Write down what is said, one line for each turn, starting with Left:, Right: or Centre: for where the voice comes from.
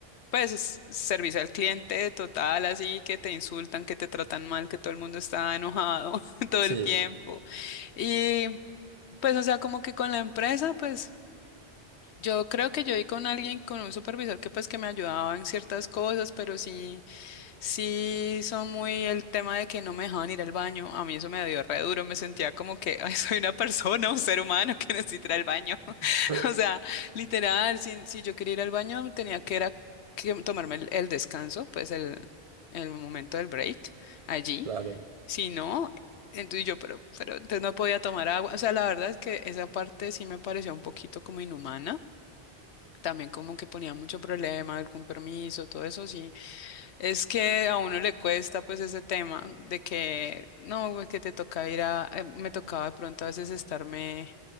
Left: pues s- servicio al cliente total, así que te insultan, que te tratan mal, que todo el mundo está enojado <laughs> todo
Right: Sí,
Left: el tiempo. Y pues o sea, como que con la empresa pues... Yo creo que yo di con alguien, con un supervisor que pues que me ayudaba en ciertas cosas, pero sí, Sí, son muy el tema de que no me dejaban ir al baño. A mí eso me dio re duro. Me sentía como que <laughs> "Ay, soy una persona, un ser humano que necesita ir al baño. <laughs>
Right: <clears throat>
Left: O sea, literal, si, si yo quería ir al baño, tenía que, era, que tomarme el, el descanso, pues el, el momento del break allí.
Right: claro.
Left: Si no, entonces yo, pero, pero entonces no podía tomar agua. O sea, la verdad es que esa parte sí me pareció un poquito como inhumana. También como que ponía mucho problema, el compromiso, todo eso, sí, es que a uno le cuesta pues ese tema de que no, es que te toca ir a, eh, me tocaba de pronto a veces estarme